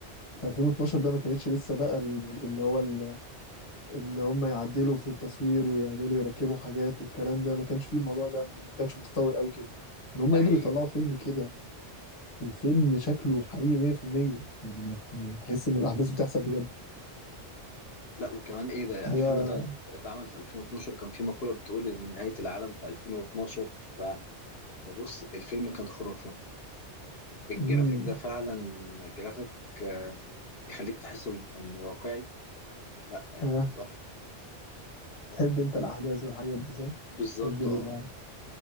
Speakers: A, on the left; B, on the left.
A: في 2012 ده ما كانتش لسه بقى ال- اللي هو ال- اللي هم يعدلوا في التصوير ويعملوا يركبوا حاجات والكلام ده ما كانش فيه الموضوع ده م- ما كانش متطور قوي كده ان هم
B: ده
A: قدروا
B: حقيقي
A: يطلعوا فيلم كده والفيلم شكله حقيقي 100% يعني ما يعني تحس ان الاحداث بتحصل بجد
B: لا وكمان إيه ده
A: حاجة
B: الفيلم ده اتعمل في 2012 كان في مقولة بتقول إن نهاية العالم في 2012 ف- فبص الفيلم كان خرافة بالجرافيك
A: امم
B: ده فعلا جرافيك آه، يخليك تحس إنه واقعي لا آه،
A: آه.
B: تحفة
A: تحب انت الاحداث والحاجات دي صح؟
B: بالظبط
A: تحب ال...
B: اه